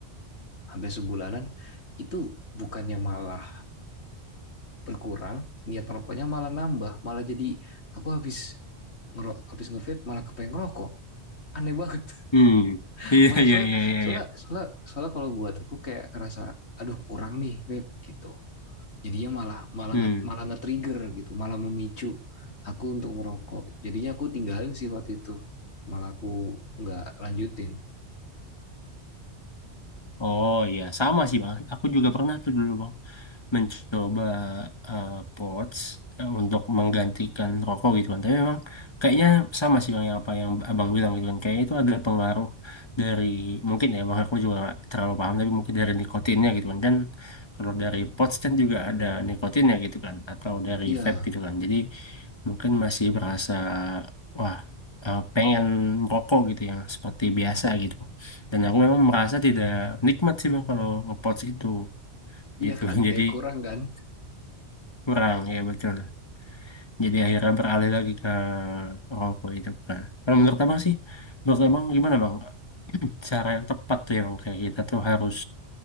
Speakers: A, on the left; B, on the left.
A: hampir sebulanan itu bukannya malah berkurang niat rokoknya malah nambah malah jadi aku habis ngerok habis ngevape malah kepengen ngerokok aneh banget
B: Hmm,
A: <laughs>
B: <laughs> iya
A: malah
B: iya
A: soalnya
B: iya iya.
A: soalnya
B: iya.
A: soalnya soalnya kalau buat aku kayak ngerasa aduh kurang nih vape gitu jadinya malah malah
B: Hmm,
A: nge, malah nge-trigger gitu malah memicu aku untuk merokok gitu. jadinya aku tinggalin sih waktu itu malah aku nggak lanjutin
B: oh iya sama sih Bang. Aku juga pernah tuh dulu Bang. mencoba eh, pods eh, untuk menggantikan rokok gitu kan. Tapi memang kayaknya sama sih bang yang apa yang abang bilang gitu kan. Kayaknya itu ada pengaruh dari mungkin ya bang aku juga nggak terlalu paham tapi mungkin dari nikotinnya gitu kan. Kan kalau dari pods kan juga ada nikotinnya gitu kan atau dari
A: iya
B: vape gitu kan. Jadi mungkin masih berasa wah eh, pengen merokok gitu yang seperti biasa gitu. Dan aku memang merasa tidak nikmat sih bang kalau ngepods itu
A: iya
B: gitu.
A: kan
B: <laughs> Jadi
A: kayak kurang kan
B: kurang ya betul jadi akhirnya beralih lagi ke rokok itu kan kalau menurut abang sih menurut abang gimana bang cara yang tepat tuh yang kayak kita tuh harus